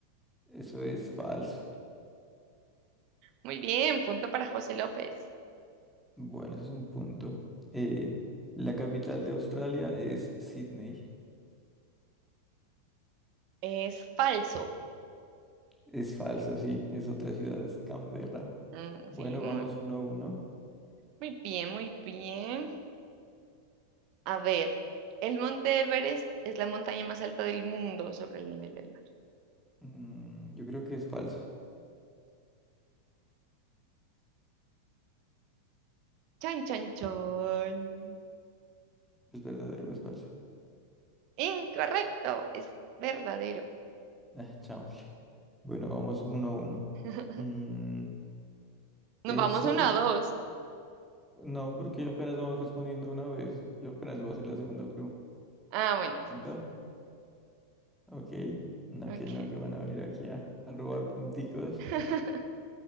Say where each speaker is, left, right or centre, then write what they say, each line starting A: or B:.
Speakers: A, in the centre; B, on the right.
A: eso es falso.
B: Muy bien, punto para José López.
A: Bueno, ese es un punto. Eh, la capital de Australia es Sydney.
B: Es falso.
A: Es falso, sí. Es otra ciudad, es Canberra.
B: Mm,
A: Bueno,
B: sí, muy,
A: vamos uno a uno.
B: muy bien, muy bien. A ver, el monte Everest es la montaña más alta del mundo sobre el nivel del mar.
A: Mm, yo creo que es falso.
B: Chan, chan, chan.
A: ¿Es verdadero o es falso?
B: Incorrecto, es verdadero.
A: Ah, chao. Bueno, vamos uno a uno.
B: <laughs>
A: Mm,
B: Nos
A: el
B: vamos
A: sol,
B: una a dos.
A: no, porque apenas vamos respondiendo una vez. Yo apenas le voy a hacer la segunda
B: Ah, bueno,
A: pregunta.
B: sí.
A: Ok. No,
B: Ok.
A: que no, que van a venir aquí a, a robar punticos.
B: <laughs>